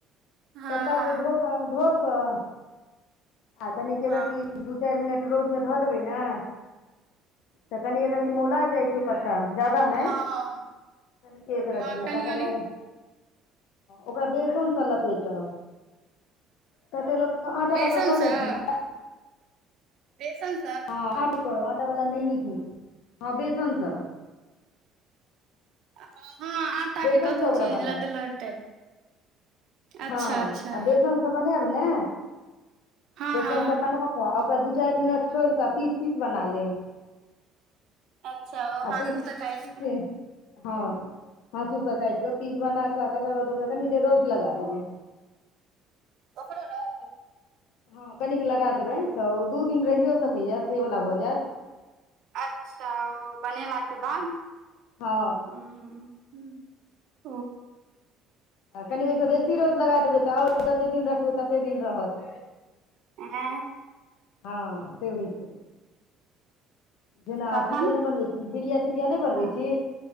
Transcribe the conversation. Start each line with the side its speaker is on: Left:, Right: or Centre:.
Right: हँ
Left: पत्ता
Right: हँ
Left: के धोके धो कऽ। आ तनिके
Right: हँ
Left: रखि दू चारि मिनट रौदमे धऽ देबै ने। तऽ कनि एकति मुला जाइ। चुप्ता ज्यादा नहि,
Right: हँ हँ
Left: कनि केक रतिया,
Right: हँ कनि
Left: तकर
Right: कनि
Left: बाद। ओकरा बेसन सँ लपेटब कते लोक। आँटा
Right: बेसनसँ
Left: लऽ कऽ लै छ ने।
Right: बेसन।
Left: हँ, आटा करब, आटा वाला नहि नीक होइ छै। हँ, बेसन सँ।
Right: हँ, आटा
Left: बेसनसँ
Right: के कतहु
Left: ओकरा
Right: छी
Left: बनायब
Right: लदलह टाइप। अच्छा
Left: हँ,
Right: अच्छा
Left: आ बेसन सभ बनायब ने,
Right: हँ
Left: बेसन
Right: हँ
Left: सभ बना। तऽ ओकरा दू चारि मिनट छोड़ि कऽ पीसि तैयार बना लेब।
Right: अच्छा ओ
Left: आ
Right: हासू
Left: तऽ
Right: से काटि
Left: ई
Right: कऽ
Left: छै। हँ हँ सुूसा काट कऽ पीस बना कऽ तकर बाद ओकरा कनि दे रौद लगा देबै
Right: ओकरो रौद
Left: हँ कनिक लगा देबै तऽ ओ दू दिन रहिो सकैए से वला भऽ जायत
Right: अच्छा ओ बनेलाके
Left: हँ
Right: बाद
Left: हँ
Right: ह
Left: कनि ओहिसँ बेसी रोद लगा देबै तऽ आओर जतेक दिन रखबै ततेक दिन रहत
Right: एँ
Left: हँ से होइ छै जेना
Right: तखन
Left: अथी सब नहि बनबै छी बीरिया तिरिया नहि बनबै
Right: हँ
Left: छी